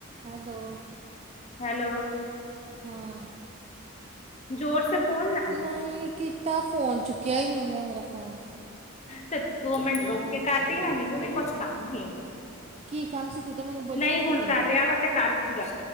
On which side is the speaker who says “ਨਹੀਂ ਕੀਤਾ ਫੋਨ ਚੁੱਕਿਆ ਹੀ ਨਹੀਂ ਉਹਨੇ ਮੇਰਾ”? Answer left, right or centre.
Right